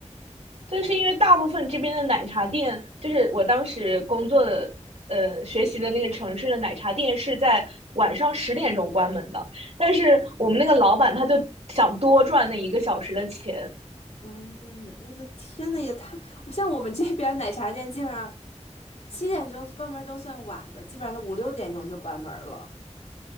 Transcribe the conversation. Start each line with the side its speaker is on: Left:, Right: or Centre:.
Right: 就是因为大部分这边的奶茶店，就是我当时工作的。呃，学习的那个城市的奶茶店是在晚上十点钟关门的，但是我们那个老板他就想多赚那一个小时的钱，
Left: 哦，我的天呐，也太……我像我们这边儿奶茶店，基本上七点钟关门儿都算晚的，基本上就五六点钟就关门儿了。